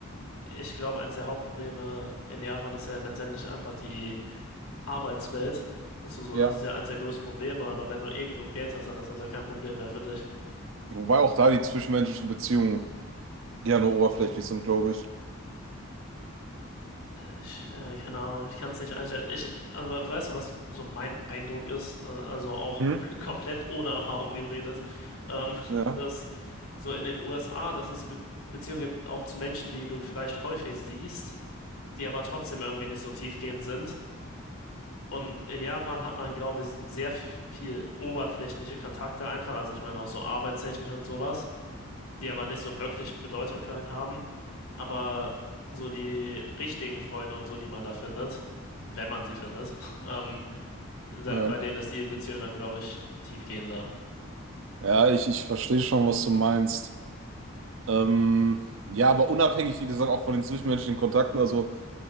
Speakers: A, on the left (about 80°); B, on the right (about 60°).
A: ich glaube, eines der Hauptprobleme in Japan ist ja letztendlich einfach die Arbeitswelt. Also so,
B: ja,
A: das ist ja eines der größten Probleme, aber wenn du eh genug Geld hast, dann ist das ja kein Problem mehr für dich.
B: wobei auch da die zwischenmenschlichen Beziehungen gerne oberflächlich sind, glaube ich.
A: Ich, äh, keine Ahnung, ich kann es nicht einschätzen. Ich, aber weißt du, was so mein Eindruck ist? Äh, also auch
B: Mhm.
A: <laughs> komplett ohne Erfahrung geredet, ähm,
B: Ja,
A: dass so in den USA, dass es Be Beziehungen gibt, auch zu Menschen, die du vielleicht häufig siehst, die aber trotzdem irgendwie nicht so tiefgehend sind. Und in Japan hat man, glaube ich, sehr viel, viel oberflächliche Kontakte einfach. Also ich meine auch so arbeitstechnisch und sowas die aber nicht so wirklich Bedeutung für einen haben. Aber so die richtigen Freunde und so, die man da findet, wenn man sie findet, <laughs> ähm, da-
B: ja.
A: bei denen ist die Beziehung dann, glaube ich, tiefgehender.
B: Ja, ich, ich verstehe schon, was du meinst. Ähm, ja, aber unabhängig, wie gesagt, auch von den zwischenmenschlichen Kontakten, also.